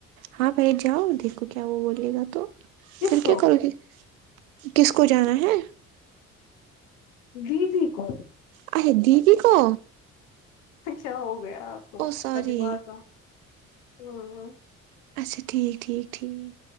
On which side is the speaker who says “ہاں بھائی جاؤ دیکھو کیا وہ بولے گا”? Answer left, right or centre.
Right